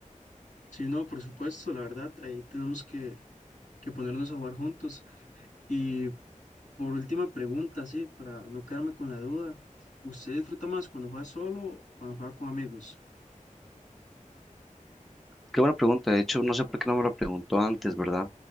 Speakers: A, on the left; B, in the centre.
A: Sí, no, por supuesto, la verdad, ahí tenemos que que ponernos a jugar juntos. Y por última pregunta, sí, para no quedarme con la duda, ¿usted disfruta más cuando juega solo o cuando juega con amigos?
B: Qué buena pregunta. De hecho, no sé por qué no me lo preguntó antes, ¿verdad?